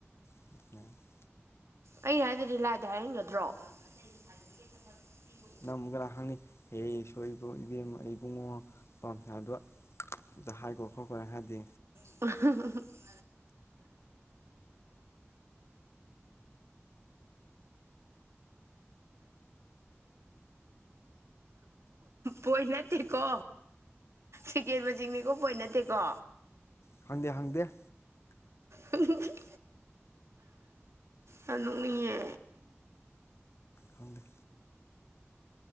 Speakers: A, on the left; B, on the right.
A: <unintelligible>
B: ꯑꯩꯩꯅ ꯍꯥꯏꯗꯗꯤ ꯂꯥꯏꯗ ꯍꯥꯏ ꯍꯥꯟꯒꯗ꯭ꯔꯣ ꯑꯇꯩꯗꯤ ꯁꯗꯤꯕꯤꯀꯦꯠ ꯈꯠꯇꯪ ꯄꯤ
A: ꯅꯝꯃꯒꯅ ꯀꯥꯅ ꯍꯪꯅꯤ ꯍꯦ ꯏꯁꯣꯔ ꯏꯕꯨꯡ ꯏꯕꯦꯝ ꯏꯕꯨꯡꯉꯣ ꯄꯝꯁꯗꯣ ꯍꯥꯏꯈꫭ ꯈꯠꯈꫭꯅ ꯍꯥꯏꯗꯤ
B: <unintelligible> ꯄꯣꯏꯟ ꯅꯠꯇꯦꯀꯣ ꯁꯦꯀꯦꯟ ꯃꯁꯤꯡꯅꯤꯀꯣ ꯄꯣꯏꯟ ꯅꯠꯇꯦꯀꯣ
A: ꯈꯪꯗꯦ ꯈꯪꯗꯦ
B: ꯍ <unintelligible> ꯌꯥꯝ ꯅꫭꯛꯅꯤꯡꯉꯦ
A: ꯈꯪꯗꯦ